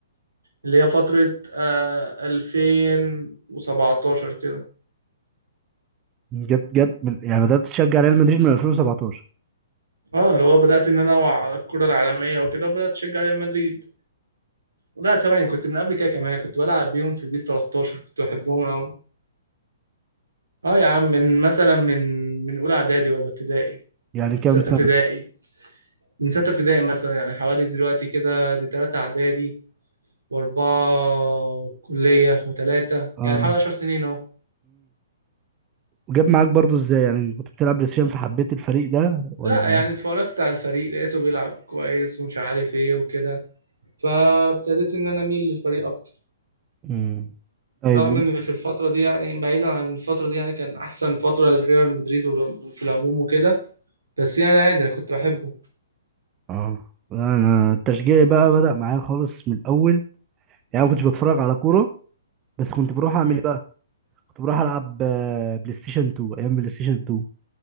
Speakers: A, on the right; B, on the right.
A: اللي هي فتره آه 2017 كده
B: جت جت من يعني بدأت تشجع ريال مدريد من 2017
A: اه اللي هو بدات ان انا اوعى على الكره العالميه وكده وبدات اشجع ريال مدريد لا ثواني كنت من قبل كده كمان أنا كنت بلعب بيهم في بيس 13 كنت بحبهم قوي اه يا عم من مثلا من من اولى اعدادي ولا ابتدائي
B: يعني كام
A: ستة
B: سنة
A: ابتدائي من ستة ابتدائي مثلا يعني حوالي دلوقتي كده دي تلاتة إعدادي وأربعة كلية وتلاتة
B: اه
A: يعني حوالي عشر سنين أهو
B: وجاب معاك برضو ازاي يعني كنت بتلعب بلاي ستيشن فحبيت الفريق ده ولا
A: لا يعني اتفرجت على الفريق لقيته بيلعب كويس ومش عارف إيه وكده فابتديت إن أنا أميل للفريق أكتر
B: امم طيب
A: رغم
B: و-
A: إن في الفترة دي يعني بعيدا عن الفترة دي يعني كان أحسن فترة لريال مدريد وال- في العموم وكده بس يعني عادي أنا كنت بحبه
B: اه انا التشجيع بقى بدأ معايا خالص من الاول يعني ما كنتش بتفرج على كوره بس كنت بروح اعمل
A: مم.
B: ايه بقى كنت بروح العب آه، بلاي ستيشن 2 ايام بلاي ستيشن 2